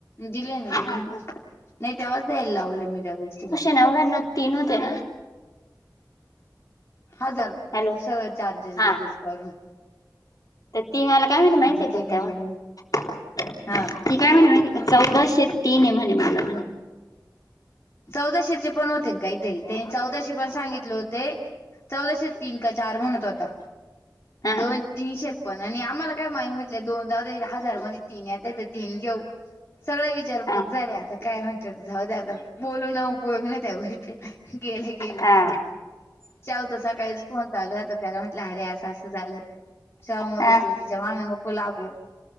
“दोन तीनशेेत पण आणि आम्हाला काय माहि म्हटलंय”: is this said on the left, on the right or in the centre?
Left